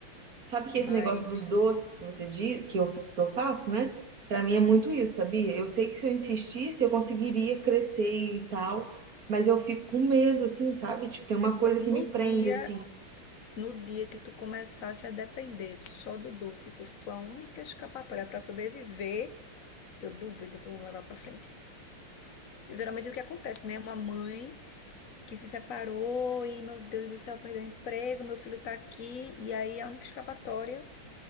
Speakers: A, on the right; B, on the left.
A: Sabe que
B: Mas
A: esse negócio dos doces que você diz, que eu, que eu faço, né? Pra mim é muito isso, sabia? Eu sei que se eu insistisse, eu conseguiria crescer e tal, mas eu fico com medo, assim, sabe? Tipo, tem uma coisa
B: no
A: que me prende,
B: dia,
A: assim.
B: no dia que tu começasse a depender só do doce, fosse tua única escapatória para sobreviver, eu duvido tu não levar para frente. Geralmente o que acontece, né? Uma mãe que se separou e, meu Deus do céu, perdeu o emprego, meu filho tá aqui, e aí a única escapatória